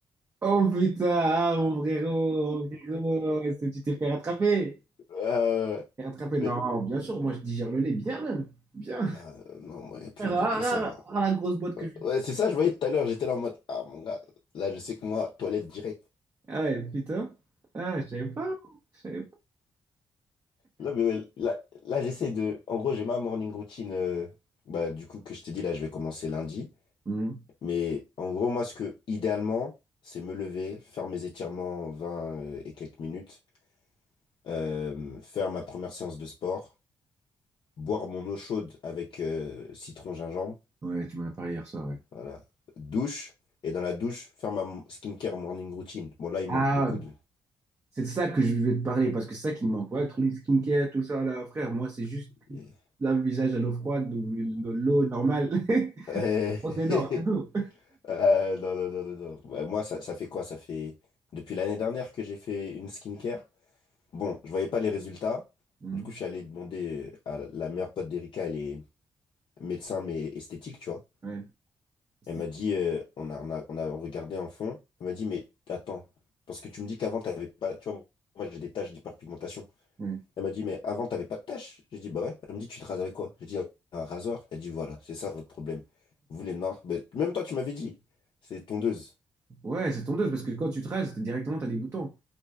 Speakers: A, on the right (about 30°); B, on the left (about 60°).
A: Oh putain, ah, mon frérot, mon frérot, est-ce que tu t'es fait rattraper?
B: Euh,
A: T'es rattrapé? Non,
B: mais-
A: bien sûr, moi, je digère le lait bien même. Bien.
B: ah, non, moi, il n'y a plus,
A: Ah, ah,
B: y a plus ça.
A: ah, ah, la grosse boîte que
B: Euh,
A: je
B: Ouais, c'est ça, je voyais tout à l'heure, j'étais là en mode, ah, mon gars, là, je sais que moi, toilette directe.
A: Ah ouais, putain. Ah, je savais pas. Je savais pas.
B: Là, mais ouais, là, là, j'essaie de. En gros, j'ai ma morning routine. euh, bah, du coup, que je t'ai dit, là, je vais commencer lundi.
A: Mhm.
B: Mais en gros, moi, ce que idéalement, c'est me lever, faire mes étirements 20 euh, et quelques minutes, euh, faire ma première séance de sport, boire mon eau chaude avec euh, citron gingembre.
A: Ouais, tu m'en as parlé hier soir, ouais.
B: Voilà. Douche. Et dans la douche, faire ma m- skincare morning routine. Bon, là, il
A: Ah,
B: manque beaucoup de.
A: c'est de ça que je vais te parler parce que c'est ça qui me manque. Ouais, tout le skincare, tout ça, là, frère, moi, c'est juste
B: <laughs>
A: lave le visage à l'eau froide ou de l'eau normale. <laughs>
B: Euh,
A: On se les dents,
B: <laughs>
A: rien d'autre.
B: Euh, non, non, non, non, non. Ouais, moi, ça, ça fait quoi? Ça fait depuis l'année dernière que j'ai fait une skincare. Bon, je voyais pas les résultats.
A: Mhm.
B: Du coup, je suis allé demander euh, à la la meilleure pote d'Erika, elle est médecin, mais esthétique, tu vois.
A: Ouais. C'est-
B: Elle m'a dit, euh, on a, on a, on a regardé en fond. Elle m'a dit, mais attends, parce que tu me dis qu'avant, t'avais pas, tu vois, moi, j'ai des taches d'hyperpigmentation.
A: ouais.
B: Elle m'a dit, mais avant, t'avais pas de taches. J'ai dit, bah ouais. Elle me dit, tu te rases avec quoi? J'ai dit, un rasoir. Elle dit, voilà, c'est ça votre problème. Vous, les noirs, mais même toi, tu m'avais dit, c'est tondeuse.
A: Ouais, c'est tondeuse parce que quand tu te rases, t'es- directement, t'as des boutons.